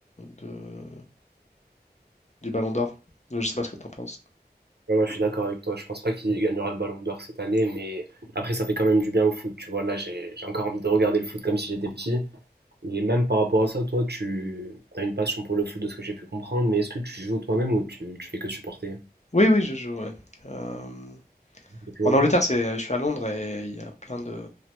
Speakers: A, on the left; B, on the right.
A: de- du Ballon d'Or. Je ne sais pas ce que tu en penses.
B: Ouais, ouais, je suis d'accord avec toi. Je pense pas qu'il gagnera le Ballon d'Or cette année, mais après, ça fait quand même du bien au foot. Tu vois, là, j'ai j'ai encore envie de regarder le foot comme si j'étais petit. Et même par rapport à ça, toi, tu as une passion pour le foot de ce que j'ai pu comprendre, mais est-ce que tu joues toi-même ou tu, tu fais que supporter
A: Oui, oui, je joue. ouais. Euh,
B: depuis
A: en
B: longtemps?
A: Angleterre, c'est, je suis à Londres et il y a plein de,